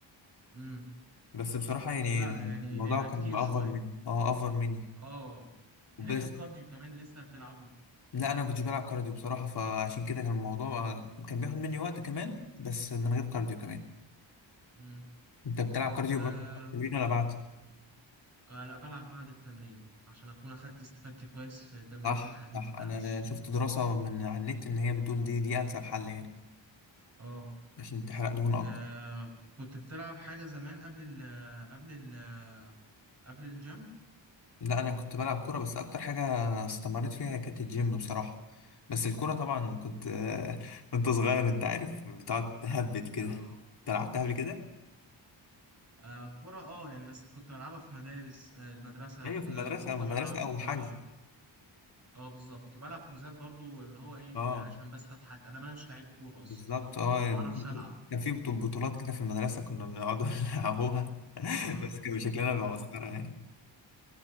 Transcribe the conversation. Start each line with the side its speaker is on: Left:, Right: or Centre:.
Right: امم
Left: بس بصراحة يعني
Right: لا يعني
Left: الموضوع
Right: هيبقى
Left: كان
Right: كتير
Left: افر
Right: شوية
Left: مني اه افر مني
Right: اه
Left: وبس
Right: غير الكارديو كمان لسه هتلعبه
Left: لا انا كنتش بلعب كارديو بصراحه فعشان كده كان الموضوع كان بياخد مني وقت كمان بس من غير كارديو كمان
Right: امم
Left: انت بتلعب كارديو
Right: آه.
Left: بعد التمرين ولا بعد
Right: آه لا بلعب بعد التمرين عشان اكون اخدت استفادتي كويس في تمرينة
Left: صح
Right: الحديد
Left: صح
Right: بتاعتي
Left: انا شفت دراسه من على النت ان هي بتقول دي دي انسب حل يعني
Right: اه
Left: عشان تحرق دهون اكبر
Right: آه كنت بتلعب حاجة زمان قبل ال قبل ال قبل الجيم
Left: لا انا كنت بلعب كوره بس اكتر حاجه استمريت فيها كانت الجيم بصراحه بس الكوره طبعا كنت <laughs> كنت صغير انت عارف بتقعد تهبد كده
Right: اه
Left: انت لعبتها قبل كده
Right: آه، كرة اه يعني بس كنت بلعبها في مدارس آه المدرسة
Left: ايوه في
Right: آه
Left: المدرسه
Right: كنت
Left: في المدرسه
Right: بلعب
Left: اول
Right: اه
Left: حاجه
Right: آه، بالظبط كنت بلعب حجوزات برضو اللي هو ايه
Left: اه
Right: إن عشان بس هضحك انا انا مش لعيب كورة اصلا
Left: بالظبط اه يعني
Right: ما بعرفش
Left: ممكن-
Right: العب
Left: كان في بطو- بطولات كده في المدرسة كنا بنقعد <laughs> نلعبوها
Right: اه
Left: بس كان شكلنا بيبقى
Right: اه
Left: مسخرة يعني